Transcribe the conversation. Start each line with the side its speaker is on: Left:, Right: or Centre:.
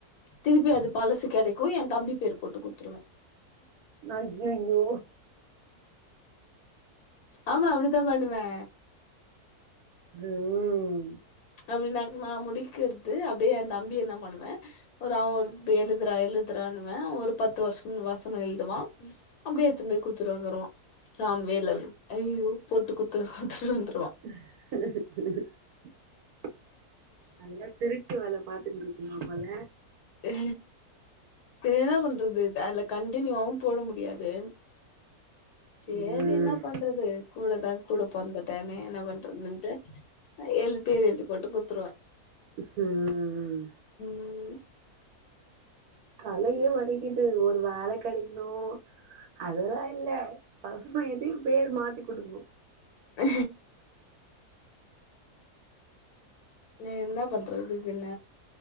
Left: திருப்பி அது பழசு கெடக் க்கு எ தம்பி பேர் போட்டு குத்துருவே
Right: அய்யய்யோ
Left: ஆமா அப்டிதா பண்ணுவே
Right: ம்
Left: அப்டி ந நா முடிக்கிறது அப்டியே அந்த தம்பி என்ன பண்ணுவே ஒரு அவ ஒரு எழுதுறா எழுதுறான்னுவே ஒரு பத்து வருஷோ வசனோ எழுதுவா அப்டியேடுத்துன போய் குத்துட்டு வந்துருவா சோ அவெ வேல அப்டின்னு அய்யய்யோ போட்டு குத்துட்டு வந்துரு
Right: <inaudible> நல்லா திரு ட்டு வேல பாத்துகிட்டுருக்கீங்க போல
Left: இ என்ன பண்றது அதுல கண்டினியூவாவு போட முடியாது சேரி
Right: ம்
Left: என்ன பண்றது கூடதா கூட பொறந்துட்டேனே என்ன பண்றதுனுட்டு ஏழு பேர் எழுதி போட்டு குடுத்துருவ
Right: ஹ்ம் ம்
Left: ம்
Right: தலயே வலிக்குது ஒரு வேல கெடைக் னு அதோட இல்ல <unintelligible> எது பேர் மாத்தி குடுக்னு
Left: ஹ நி என்ன பண்றது பின்ன